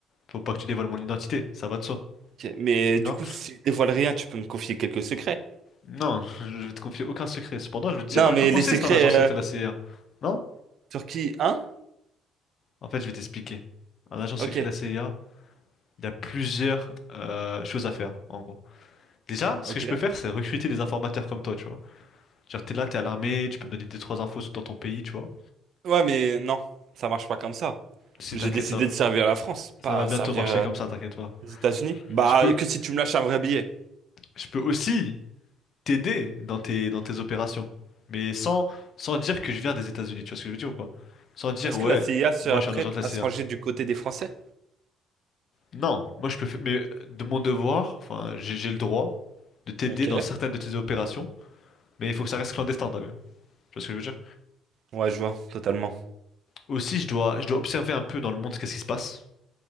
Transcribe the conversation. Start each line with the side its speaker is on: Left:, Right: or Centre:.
Left: Faut pas que tu dévoiles mon identité, ça va de soi,
Right: Ok, Mais
Left: d'accord?
Right: du coup, si je dévoile rien, tu peux me confier quelques secrets.
Left: Non, je vais te confier aucun secret. Cependant, je veux te dire
Right: Non,
Left: à
Right: mais
Left: quoi consiste
Right: les secrets
Left: un agent secret
Right: euh,
Left: de la CIA. Non?
Right: sur qui? Hein?
Left: En fait, je vais t'expliquer. Un agent secret
Right: Ok,
Left: de la CIA, il y a plusieurs euh, choses à faire, en gros. Déjà, ce
Right: ok.
Left: que je peux faire, c'est recruter des informateurs comme toi, tu vois. Genre, t'es là, t'es à l'armée, tu peux me donner deux, trois infos dans ton pays, tu vois.
Right: Ouais, mais non, ça marche pas comme ça.
Left: Si
Right: J'ai
Left: t'inquiète,
Right: décidé
Left: ça,
Right: de servir la France,
Left: ça
Right: pas
Left: va bientôt
Right: servir
Left: marcher
Right: euh,
Left: comme ça, t'inquiète pas.
Right: les États-Unis. Bah,
Left: Je peux,
Right: que si tu me lâches un vrai billet.
Left: je peux aussi t'aider dans tes, dans tes opérations. Mais sans, sans dire que je viens des États-Unis, tu vois ce que je veux dire ou pas? Sans dire,
Right: Est-ce
Left: ouais,
Right: que la CIA serait
Left: moi je
Right: prête
Left: suis un agent de la
Right: à
Left: CIA.
Right: se ranger du côté des Français?
Left: Non, moi je peux faire, mais de mon devoir, enfin, j'ai j'ai le droit de t'aider
Right: Ok.
Left: dans certaines de tes opérations, mais il faut que ça reste clandestin, t'as vu? Tu vois ce que je veux dire?
Right: Ouais, je vois, totalement.
Left: Aussi, je dois, je dois observer un peu dans le monde qu'est-ce qui se passe.